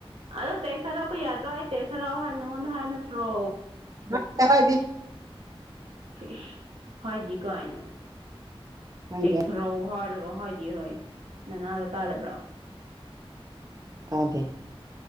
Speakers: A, on the right (about 80°); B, on the right (about 35°).
A: ꯑꯗꯣ ꯇꯦꯛꯁ ꯊꯥꯔꯛꯄ ꯌꯥꯗ꯭ꯔꯣ ꯑꯩ ꯇꯦꯛꯁ ꯊꯥꯔꯛꯑꯣ ꯍꯥꯏ ꯅꯪꯉꯣꯟꯗ ꯍꯥꯏ ꯅꯠꯇ꯭ꯔꯣ
B: <inaudible> ꯗꯤ
A: ꯏꯁ ꯏꯁ ꯍꯥꯏꯗ‌ꯦ ꯀꯥꯏꯅ
B: ꯍꯥꯏꯗꯦ
A: ꯇ‌ꯦꯛꯁ ꯊꯥꯔ‌ꯣ ꯍꯥꯏꯔꯒ ꯍꯥꯏꯗ‌ꯦ ꯍꯥꯏ ꯅꯅꯥꯗꯣ ꯇꯥꯗꯕ꯭ꯔꯥ
B: ꯇꯥꯗꯦ